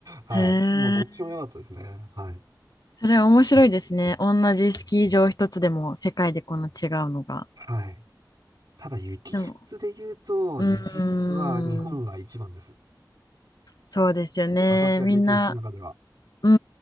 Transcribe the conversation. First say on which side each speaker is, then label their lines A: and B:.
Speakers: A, on the right; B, on the left.
A: はい。
B: へえ、
A: もうどっちも良かったですね。はい。
B: それは面白いですね。同じスキー場一つでも世界でこんな違うのが。
A: はい。ただ雪質で言うと、
B: でも、うーん、
A: 雪質は日本が一番です。
B: そうですよね。
A: 私が経験した中では。
B: みんな、うー